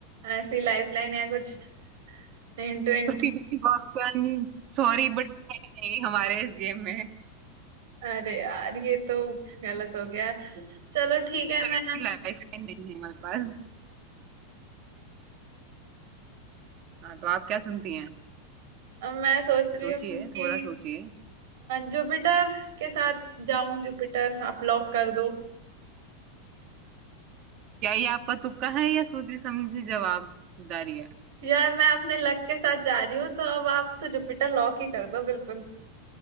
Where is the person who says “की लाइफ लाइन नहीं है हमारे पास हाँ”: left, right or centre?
Right